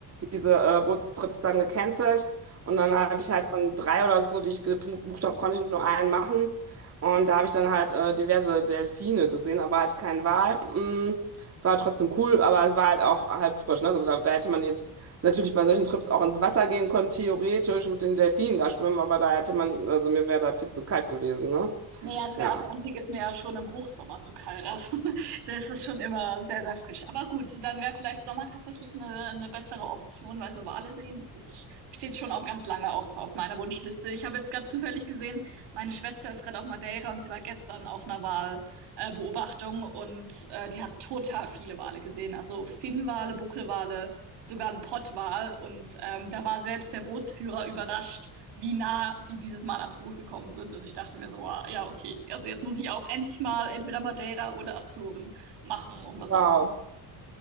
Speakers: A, on the right; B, on the right.
A: diese äh, Bootstrips dann gecancelt. Und dann habe ich halt von drei oder so, die ich gebucht habe, konnte ich nur einen machen. Und da habe ich dann halt äh, diverse Delfine gesehen, aber halt kein Wal. Mm, war halt trotzdem cool, aber es war halt auch halt frisch. Ne? Also da, da hätte man jetzt natürlich bei solchen Trips auch ins Wasser gehen können, theoretisch mit den Delfinen da schwimmen, aber da hätte man, also mir wäre das viel zu kalt gewesen, ne?
B: Nee, also
A: Ja.
B: der Atlantik ist mir ja schon im Hochsommer zu kalt. Also <laughs> das ist schon immer sehr, sehr frisch. Aber gut, dann wäre vielleicht Sommer tatsächlich eine, eine bessere Option, weil so Wale sehen, das ist, steht schon auch ganz lange auf, auf meiner Wunschliste. Ich habe jetzt gerade zufällig gesehen, meine Schwester ist gerade auf Madeira und sie war gestern auf einer Walbeobachtung äh, Beobachtung und äh, die hat total viele Wale gesehen. Also Finnwale, Buckelwale, sogar ein Pottwal. Und ähm, da war selbst der Bootsführer überrascht wie nah die dieses Mal ans Boot gekommen sind. Und ich dachte mir so, wow, ja, okay. Also jetzt muss ich auch endlich mal entweder Madeira oder Azoren machen, um das
A: Wow.
B: auch.